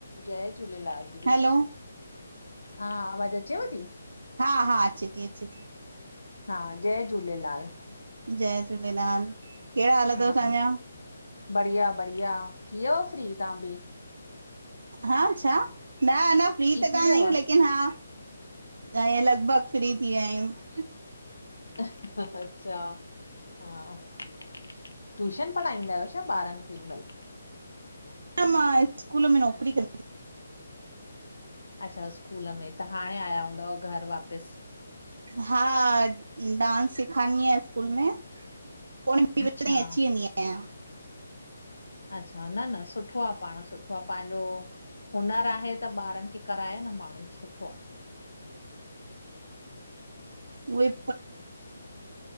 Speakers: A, on the left; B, on the right.
A: जय झूलेलाल
B: हैलो
A: दीदी, हा आवाजु अचेव ती?
B: हा हा अचे ती अचे ती।
A: हा जय झूलेलाल।
B: जय झूलेलाल। कहिड़ा हाल अथव
A: हा
B: तव्हांजा
A: हा बढ़िया बढ़िया, थी वयव फ्री तहां बि?
B: हा छा न अञा फ्री त
A: थी
B: कान
A: वियव?
B: आयूं लेकिन हा ऐं लगभगु फ्री थी विया आहियूं।
A: अच्छा हा। ट्यूशन पढ़ाईंदा आहियो छा ॿारनि खेे हि महल?
B: न मां स्कूल में नौकरी कंदि आहियां।
A: अच्छा स्कूल में त हाणे आया हूंदव घरु वापिसि।
B: हा डांस सिखारंदी आहिया में ईस्कूल में हिक ॿि बजे
A: अच्छा
B: ताईं अची वेंंदी आया।
A: अच्छा न न सुठो आ पाण सुठो। पाहांजो हुनरु आहे त ॿारनि खे कराए न माण्हू सुठो आ।
B: उ <inaudible>